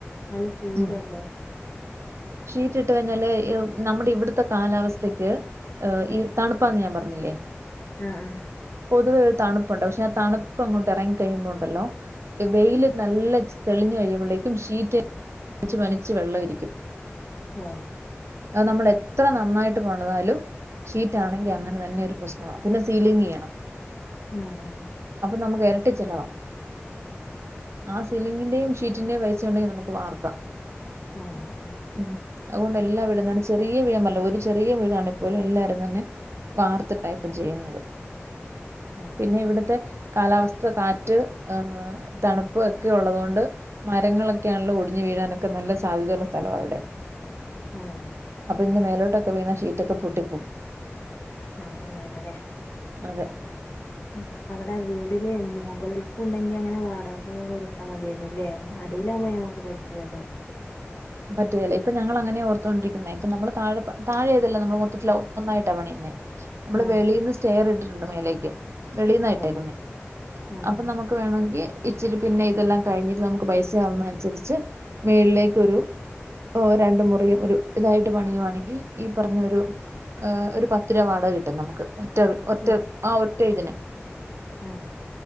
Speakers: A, on the left; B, on the right.
A: നല്ല ചൂടല്ലേ
B: ഉം ഷീറ്റ് ഇട്ട് കഞ്ഞാലേ നമ്മുടെ ഇവിടുത്തെ കാലാവസ്ഥയ്ക്ക് ഈ തണുപ്പാന്ന് ഞാൻ പറഞ്ഞില്ലേ
A: ആഹ ആഹ
B: പൊതുവെ ഒരു തണുപ്പുണ്ടാവ പക്ഷെ ആ തണുപ്പ് അങ്ങോട്ട് ഇറങ്ങി കഴിയുമ്പോ ഉണ്ടല്ലോ വെയില് നല്ല തെളിഞ്ഞഞ് കഴിയുമ്പോഴേക്കും ഷീറ്റ് മനിച്ച് വെള്ളം ഇരിക്കും
A: ആഹ്
B: അത് നമ്മൾ എത്ര നന്നായി പണിതാലും ഷീറ്റാണെങ്കിൽ അങ്ങനെ തന്നെ ഒരു പ്രശ്ന പിന്നെ സീലിംഗ് ചെയ്യണം
A: ആഹ് ആഹ്
B: നമ്മക്ക് ഇരട്ടി ചിലവാ ആ സിലിങ്ങിന്റെ ഷീറ്റിന്റെ പൈസ ഉണ്ടെങ്കിൽ നമുക്ക് വർക്കാം
A: ആഹ് ആഹ്
B: ഉ അതുകൊണ്ട് എല്ലാം ഇട ചെറിയ വീടമല്ല ഒരു ചെറിയ വീടണിപ്പോലും എല്ലാരും തന്നെ വാർത്ത ടൈപ്പും ചെയ്യുന്നത്
A: ആഹ്
B: പിന്നെ ഇവിടുത്തെ കാലാവസ്ഥ കാറ്റ് തണുപ്പ് ഒക്കെ ഉള്ളതു കൊണ്ട് മരങ്ങളൊക്കെയാണല്ലോ ഒടിഞ്ഞു വീ വീഴാനൊക്കെ നല്ല സാധ്യതയ ഉള്ള സ്ഥലമാണ് അവിടെ
A: ആഹ
B: പിന്നെ മേലോട്ടൊക്കെ വീണാ ഷീറ്റൊക്കെ പൊട്ടിപ്പോവും
A: ആഹ അങ്ങനെല്ലേ
B: അതെ
A: ഉ അവിടെ വീടില് മുകളിൽക്ക ഉണ്ടെങ്കി അങ്ങനെ വാടക കൊടുത്താ മതിയിന്നല്ലേ അടി എല്ലാ പോ നമുക്ക് പറ്റില്ലല്ലോ
B: പറ്റുകതല്ല ഇപ്പൊ ഞങ്ങൾങ്ങനെ ഓർത്തോണ്ടിരിക്കുന്നേ ഇപ്പ നമ്മള് താഴെ താഴെയഏതല്ല നമ്മൾ മൊത്തത്തിൽ ഒന്നായിട്ടാ പണിയുന്നേ നമ്മള്
A: ആഹ്
B: വെളിന്ന് സ്റ്റെയർ ഇട്ടിട്ടുണ്ട് മേലേക്ക് വെളിന്നായിട്ടേക്കുന്നേ
A: ഓഹ് ആഹ്
B: അപ്പൊ നമുക്ക് വേണമെങ്കിൽ ഇച്ചിരി പിന്നെ ഇതെല്ലാം കഴിഞ്ഞിട്ട് നമുക്ക് പൈസയാവുന്നതനുസരിച്ച് മേളിലേക്ക് ഒരു ഓ രണ്ട മുറിയും ഒരു ഇതായിട്ട് പണിയുവാണെങ്കിൽ ഈ പറഞ്ഞൊരു ഒരു പത്തിരുവ വാട ക കിട്ടും നമുക്ക് ഒറ്റ ഒറ്റ
A: ഓഹ്
B: ആ ഒറ്റ ഇതിന്
A: ആഹ്